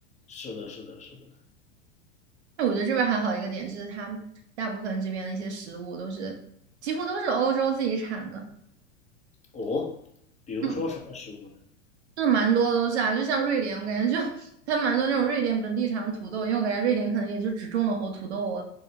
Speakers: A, on the left; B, on the right.
A: 是的，是的，是的。
B: 那我觉得这边还好一个点是，它大部分这边的一些食物都是几乎都是欧洲自己产的。
A: 哦，比如说什么食物呢？
B: 嗯，就是蛮多都是啊，就像瑞典，我感觉就 <laughs> 它蛮多那种瑞典本地产的土豆，因为我感觉瑞典可能也就只种的活土豆，